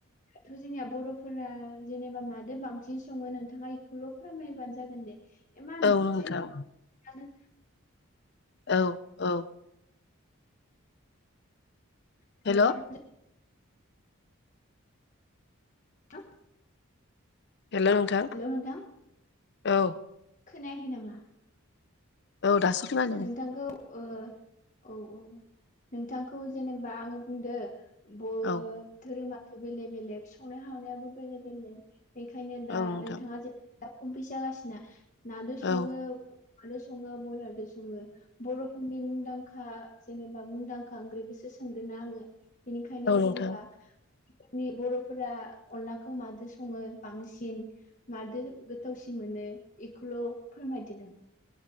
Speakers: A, on the left (about 35°); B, on the left (about 50°).
A: दाथ' जोंनिया बर'फोरा जेनेबा मादो बांसिन सङो नोंथाङा एखौल' फोरमायबानो जागोन दे। इमान
B: औ
A: <inaudible>
B: नोंथां औ औ
A: <inaudible>
B: हेल'
A: <inaudible>
B: हेल' नोंथां
A: हेलौ नोंथां
B: औ।
A: खोनायाखै नामा?
B: औ दासो खोनादों
A: नोंथांखौ ओ औ औ नोंथांखौ जेनेबा आङो बुंदो। बोथोरै
B: औ
A: माथो बेलेग बेलेग संनाय हावनायाबो बेलेग बेलेग। बेखायनो दा
B: औ नोंथां
A: नोंथाङा <unintelligible>
B: औ
A: <unintelligible> सङो बर'फोरनि मुंदांखा जेनेबा मुंदांखा ओंख्रिखोसो सोंदोंना आङो। बेनिखायनो
B: औ नोंथां
A: जेनेबा जोंनि बर'फोरा अनलाखौ मादो सङो बांसिन? मारदो गोथावसिन मोनो एखौल' फोरमायदो नों।